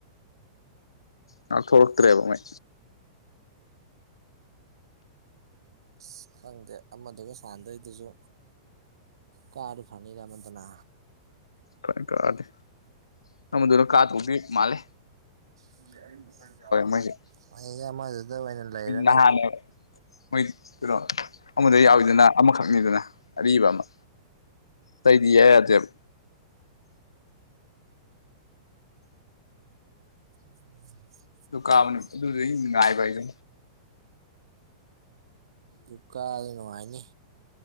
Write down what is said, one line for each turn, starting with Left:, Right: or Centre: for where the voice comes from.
Left: ꯉꯥꯛꯊꯣꯛꯂꯛꯇ꯭ꯔꯦꯕ ꯃꯣꯏ
Right: ꯑꯁ ꯈꯪꯗꯦ ꯑꯃꯗꯨꯒ ꯁꯥꯟꯗꯣꯏꯗꯨꯖꯨ ꯀꯥꯔꯗꯤ ꯐꯅꯤꯗ ꯑꯃꯗꯨꯅ
Left: ꯐꯩ ꯀꯥꯔꯗꯤ ꯑꯃꯗꯨꯅ ꯀꯥꯗꯧꯗꯤ ꯃꯥꯜꯂꯤ
Right: ꯅꯪꯗꯤ ꯑꯩ ꯃꯊꯪ ꯀꯌꯥ ꯑꯣꯏꯅꯤ
Left: ꯃꯣꯏꯁꯦ
Right: ꯑꯩꯗꯤ ꯑꯃꯗꯨꯗ ꯑꯣꯏꯅ ꯂꯩꯔꯅꯤ
Left: ꯅꯍꯥꯟꯅꯦꯕ ꯃꯣꯏ ꯀꯩꯅꯣ ꯑꯃꯗ ꯌꯥꯎꯋꯤꯗꯨꯅ ꯑꯃꯈꯛꯅꯤꯗꯅ ꯑꯔꯤꯕ ꯑꯃ ꯇꯩꯗꯤ ꯏꯌꯥ ꯌꯥꯗꯦꯕ
Right: ꯎꯝ ꯂꯧꯁꯤꯟꯕ
Left: ꯑꯗꯨ
Right: ꯉꯝꯗꯕ
Left: ꯀꯥꯕꯅꯤ ꯑꯗꯨꯗꯒꯤ
Right: ꯉꯥꯏꯕ ꯍꯥꯏꯗꯨꯅꯤ
Left: ꯍꯥꯏꯗꯨ
Right: ꯗꯨ ꯀꯥꯔꯗꯤ ꯅꯨꯡꯉꯥꯏꯅꯤ